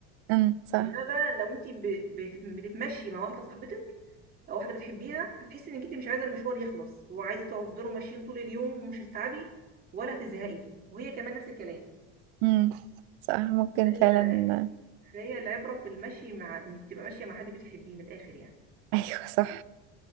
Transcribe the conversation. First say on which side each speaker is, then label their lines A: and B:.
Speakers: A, on the right (about 80°); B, on the right (about 25°).
A: امم صح
B: انما بقى لو انت بتتمشي مع واحده صاحبتك او واحده بتحبيها هتحسي انك انت مش عايزه المشوار يخلص وعايزه تفضلوا ماشيين طول اليوم ومش هتتعبي ولا هتزهقي وهي كمان نفس الكلام
A: امم صح ممكن
B: فهي
A: فعلا <laughs>
B: فهي العبره في المشي مع انك تبقى ماشيه مع حد بتحبيه من الاخر يعني
A: ايوه صح